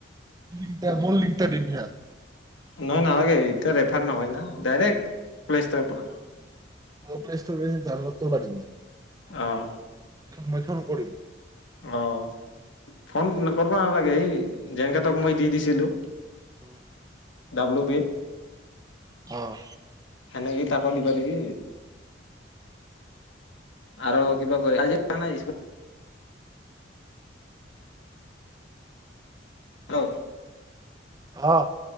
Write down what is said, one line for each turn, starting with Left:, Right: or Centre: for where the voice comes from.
Right: লিংটাৰ মোৰ লিং টা দিম সিয়াক।
Left: নহয় নালাগে এতিয়া ৰেফাৰ নহয় না ডাইৰেক্ট প্লে' ষ্টৰৰ পৰা।
Right: অ' প্লেস্তোৰ পৰা পৰা ডাউনলোড।
Left: অহ
Right: মই ফোন কৰিম।
Left: অ' ফোন কৰিবা নালাগে সি জেংকে মই টোক দি দিছিলোঁ।
Right: উম
Left: ডাব্লু বিট।
Right: অহ
Left: সেনেকেই তাকো দিবা দিবি। আৰু কিবা কৈ আজি আহা নাই। হেল্লো
Right: অ'।